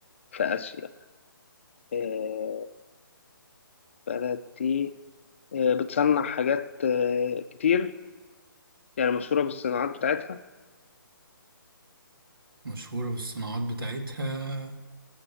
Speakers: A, on the left; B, on the right.
A: في آسيا آه بلد دي آه بتصنع حاجات آه كتير يعني مشهورة بالصناعات بتاعتها
B: مشهورة بالصناعات بتاعتها